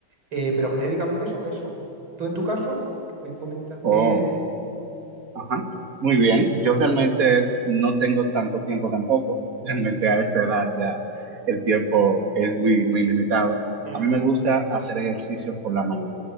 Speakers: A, on the right; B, on the right.
A: eh, pero genéricamente son eso. Tú en tu caso, me comentas que...
B: Oh, ajá. Muy bien. Yo realmente no tengo tanto tiempo tampoco. <laughs> Realmente a esta edad ya el tiempo es muy, muy limitado.
A: Mm,
B: A mí me gusta hacer ejercicios por la mañana.